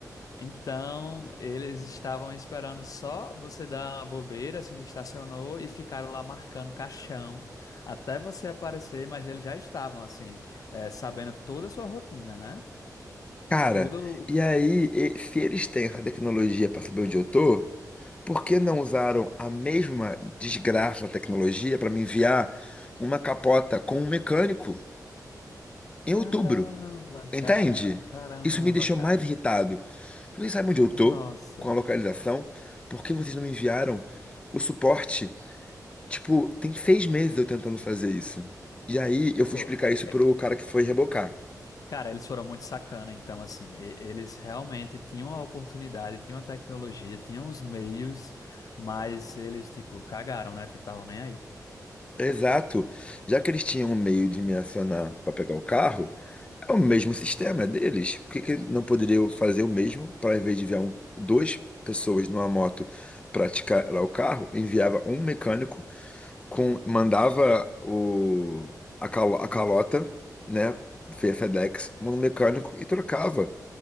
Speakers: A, on the left; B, on the left.
A: Então, eles estavam esperando só você dar a bobeira, se estacionou e ficaram lá marcando caixão até você aparecer, mas eles já estavam, assim, eh, sabendo toda a sua rotina, né?
B: Cara,
A: Tudo.
B: e aí, e- se eles têm essa tecnologia para saber onde eu tô, por que não usaram a mesma desgraça da tecnologia para me enviar uma capota com um mecânico em outubro?
A: Caramba,
B: Entende?
A: cara, caramba,
B: Isso me deixou
A: cara.
B: mais irritado. Vocês sabem onde eu tô
A: Nossa.
B: com a localização? Por que vocês não me enviaram o suporte? Tipo, tem seis meses eu tentando fazer isso. E aí eu fui
A: Pô,
B: explicar isso
A: é,
B: pro cara que foi rebocar.
A: cara, eles foram muito sacana, então, assim, e- eles realmente tinham a oportunidade, tinham a tecnologia, tinham os meios, mas eles, tipo, cagaram, né? Tipo, estavam nem aí.
B: Exato. Já que eles tinham um meio de me acionar para pegar o carro, é o mesmo sistema, é deles. Por que que não poderiam fazer o mesmo para, em vez de enviar um, duas pessoas numa moto praticar lá o carro, enviava um mecânico com, mandava o, a, calo- a calota, né? Via FedEx, no mecânico e trocava.